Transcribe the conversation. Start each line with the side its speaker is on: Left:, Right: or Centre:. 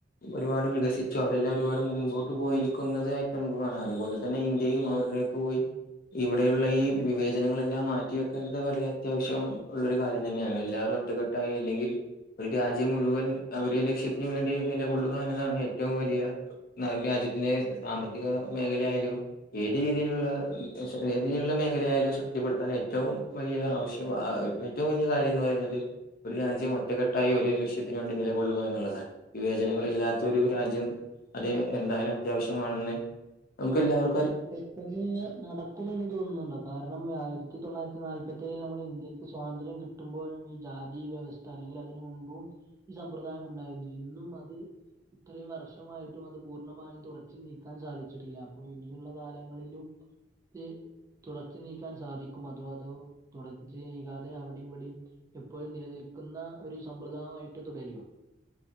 Left: ഒരുപാട് വികസിച്ചു അവരെല്ലാം ഒരുപാട് മുമ്പോട്ട് പോയിരിക്കുന്നതായിട്ട് നമുക്ക് കാണാം അത് പോലെ തന്നെ ഇന്ത്യയും അവരുടെ പോയി ഇവിടെയുള്ള ഈ വിവേചനങ്ങളെല്ലാം മാറ്റി വെക്കേണ്ടത് വളരെ അത്യാവശ്യം ഉള്ളൊര് കാര്യം തന്നെയാണ് എല്ലാരും ഒറ്റക്കെട്ടായി അല്ലെങ്കിൽ ഒര് രാജ്യം മുഴുവൻ ആ ഒര് ലക്ഷ്യത്തിന് വേണ്ടി നില കൊള്ളുക എന്നതാണ് ഏറ്റവും വലിയ ന്ന ഒര് രാജ്യത്തിന്റെ സാമ്പത്തിക മേഖലായാലും ഏത് രീതിയിലുള്ള ഏത് രീതിയിലുള്ള മേഖലായാലും ശക്തിപ്പെടുത്താൻ ഏറ്റവും വലിയ ആവശ്യം ഏറ്റവും വലിയ കാര്യംന്ന് പറയുന്നത് ഒര് രാജ്യം ഒറ്റക്കെട്ടായി ഒര് ലക്ഷത്തിന് വേണ്ടി നിലകൊള്ളുക എന്ന്ള്ളതാണ് വിവേചനങ്ങളില്ലാത്ത ഒരു രാജ്യം അത് എന്തായാലും അത്യാവശ്യമാണെന്ന് നമുക്കെല്ലാവർ
Right: <unintelligible> പ്പന്ന്ഞ്ഞ് നടക്കുമെന്ന് തോന്നുന്നുണ്ടോ കാരണം ആയിരത്തി തൊള്ളായിരത്തി നാല്പത്തേയിൽ നമ്മളെ ഇന്ത്യക്ക് സ്വാതന്ത്ര്യം കി ട്ടുമ്പോഴും ഈ ജാതി വ്യവസ്ഥ അല്ലെങ്കിൽ അതിന് മുമ്പും ഈ സമ്പ്രദായമുണ്ടായിരുന്നു ഇന്നും അത് ഇത്രയും വർഷമായിട്ടും അത് പൂർണ്ണമായും തുടച്ച് നീക്കാൻ സാധിച്ചിട്ടില്ല അപ്പൊ ഇനിയുള്ള കാലങ്ങളിലും ഇ തുടച്ച് നീക്കാൻ സാധിക്കും അത് അതോ തുടച്ച് നീക്കാതെ അവിടെയും ഇവിടെയും എപ്പോഴും നിലനിൽക്കുന്ന ഒര് സമ്പ്രദായമായിട്ട് തുടരുവോ